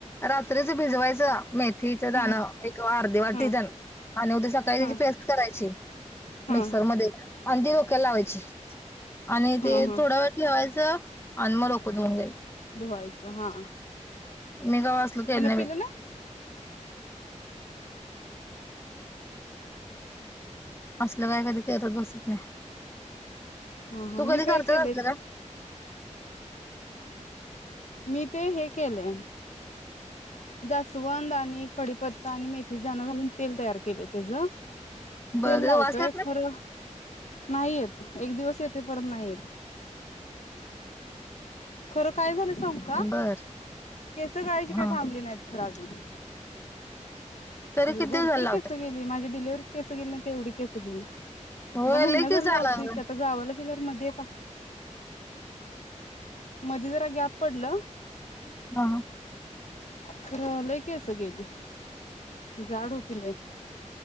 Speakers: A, on the left (about 20°); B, on the left (about 65°).
A: रात्रीच भिजवायच मेथीच दण
B: हा
A: एक अर्धी वाटी
B: हा
A: तेन आणि उद्या सकाळी त्याची
B: हा
A: पेस्ट करायची.
B: हा
A: मिक्सर मध्ये. अंन ती डोक्याला लावायची आणि
B: हा
A: ते
B: हा
A: थोडा वेळ ठेवायचं अन मग डोकं धूऊन जाईल.
B: धुवायच हा.
A: मी गवासल तेल
B: हेन
A: नाही
B: पिलं
A: भेटत.
B: ना
A: असल काय कधी करत बसत नाय.
B: हा हा
A: तू
B: मी
A: कधी
B: काय
A: करते
B: केलंय
A: असल काय?
B: ते मी ते हे केले. जास्वंद आणि कडीपत्ता आणि मेथीच दान घालून तेल तयार केले त्याच.
A: काय बरं
B: तेल
A: त्याचा
B: लावतोय
A: वास येत
B: खर नाही येत एक दिवस येते परत नाही येत. खर. काय झाल सांगू
A: नाही
B: का
A: बर
B: केस गाळायची काही
A: हा
B: थांबली नाहीत खर अजून.
A: तरी किती
B: भरपूर
A: दिवस झालं लावताय
B: केस गेली माझी डिलेवरीत केस गेली नाही तेवढी केस गेलीत.
A: होय
B: आता महिना
A: लय
B: झाला
A: की झालं
B: लावतोय की आता गावाला आपलं घर मधीये का मधी जरा गॅप पडल.
A: ह ह.
B: तर लई केस गेले जाड होते लई.